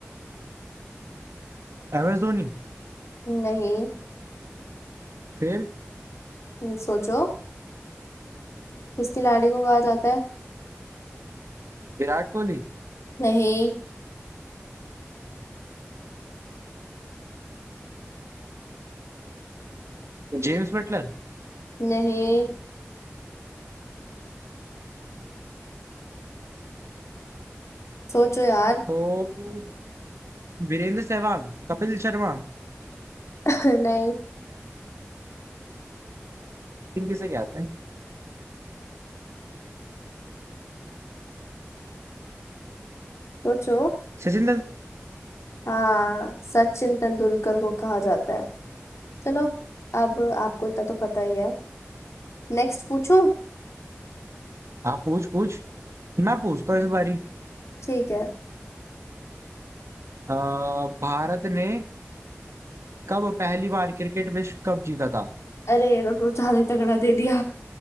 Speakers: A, on the right (about 70°); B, on the left (about 80°).
A: एम एस धोनी
B: नहीं
A: फिर
B: हम्म, सोचो किस खिलाड़ी को कहा जाता है
A: विराट कोहली
B: नहीं
A: जेम्स बटलर
B: नहीं सोचो यार
A: तो वीरेंद्र सहवाग कपिल शर्मा
B: <laughs> नहीं
A: इन किसे कहते हैं
B: सोचो
A: सचिन तेंदुलकर
B: हाँ सचिन तेंदुलकर को कहा जाता है चलो अब आपको इतना तो पता ही है नेक्स्ट पूछूं
A: आप पूछ पूछ मैं पूछता हूँ इस बारी
B: ठीक है
A: अ, भारत ने कब पहली बार क्रिकेट विश्व कप जीता था
B: अरे ये तो ज्यादा ही तगड़ा दे दिया